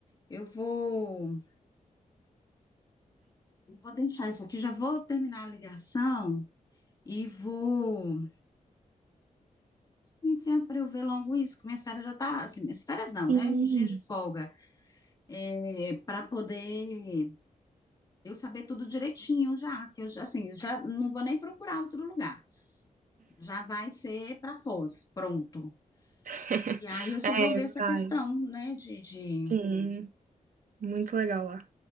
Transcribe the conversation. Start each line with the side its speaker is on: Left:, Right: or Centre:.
Left: Eu vou. Vou deixar isso aqui, já vou terminar a ligação e vou ligar para eu ver logo isso, que minhas férias já tá, assim, minhas férias não,
Right: Sim.
Left: né? Uns dias de folga, é, para poder eu saber tudo direitinho já, que eu já, assim, já não vou nem procurar outro lugar. Já vai ser para Foz, pronto.
Right: <laughs>
Left: E aí eu só
Right: É,
Left: vou ver essa
Right: vai.
Left: questão, né, de, de,
Right: Sim, muito legal lá.